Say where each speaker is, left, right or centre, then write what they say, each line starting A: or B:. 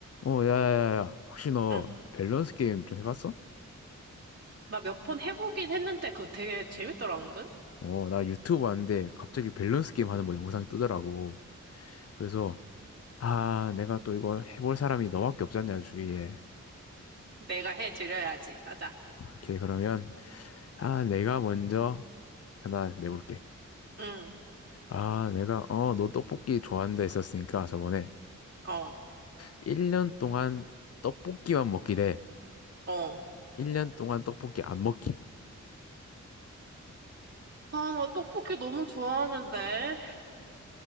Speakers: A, on the left; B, on the right.
A: 어, 야야야야. 혹시 너
B: 응.
A: 밸런스 게임 좀 해봤어?
B: 나 몇 번 해보긴 했는데 그거 되게 재밌더라, 은근.
A: 어, 나 유튜브 봤는데 갑자기 밸런스 게임 하는 뭐 영상이 뜨더라고. 그래서, 아, 내가 또 이거 해볼 사람이 너밖에 없잖냐, 주위에.
B: 내가 해드려야지. 하자.
A: 오케이, 그러면, 아, 내가 먼저 하나 내볼게.
B: 응.
A: 아, 내가, 어, 너 떡볶이 좋아한다 했었으니까 저번에
B: 어,
A: 1년 동안 떡볶이만 먹기 대
B: 어.
A: 1년 동안 떡볶이 안 먹기.
B: 아, 나 떡볶이 너무 좋아하는데.